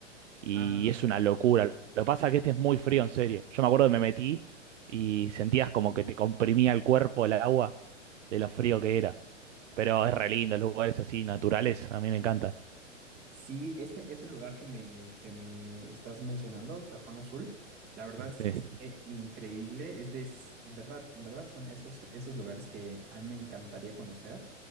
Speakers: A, on the right (about 70°); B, on the right (about 25°).
A: Y
B: ah,
A: es una locura. Lo que pasa es que este es muy frío, en serio. Yo me acuerdo que me metí y sentías como que te comprimía el cuerpo el agua de lo frío que era. Pero es re lindo, los lugares así naturales, a mí me encantan.
B: Sí, este es el lugar que me, que me estás mencionando, el Cajón Azul. La verdad es
A: Sí,
B: que es increíble. Es de, es- en verdad, en verdad son esos, esos lugares que a mí me encantaría conocer,